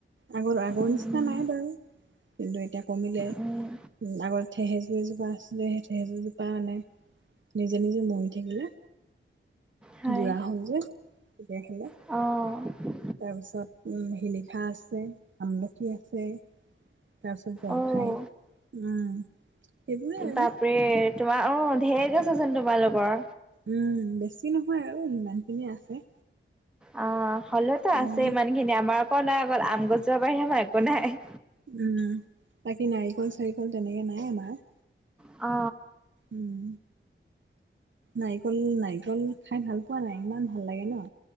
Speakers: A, on the right; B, in the centre.
A: আগৰ আগৰ
B: উম,
A: নিচিনা
B: উম,
A: নাই বাৰু কিন্তু এতিয়া কমিলে
B: উম,
A: আগত থেহেজু এজোপা আছিলে সেই থেহেজু জোপা আনে নিজে নিজে মৰি থাকিলে
B: হয়,
A: বুঢ়া হল যে পোকে খালে
B: অ
A: তাৰপিছত শিলিখা আছে, আমলখি আছে তাৰপিছত জলফাই,
B: অ'।
A: উম সেইবোৰে আৰু
B: বাপৰে তোমাৰ অ ঢেৰগছ আছে চোন তোমালোকৰ
A: উম বেছি নহয় আৰু সিমানখিনিয়ে আছে
B: অ হ'লেওতো
A: উম
B: আছে ইমানখিনি আমাৰ আকৌ নাই আগল আম গছৰ বাহিৰে আমাৰ একো নাই
A: উম বাকী নাৰিকল-চাৰিকল তেনেকে নাই আমাৰ
B: অ
A: উম নাৰিকল নাৰিকল খাই ভাল পোৱা নাই ইমান ভাল লাগে ন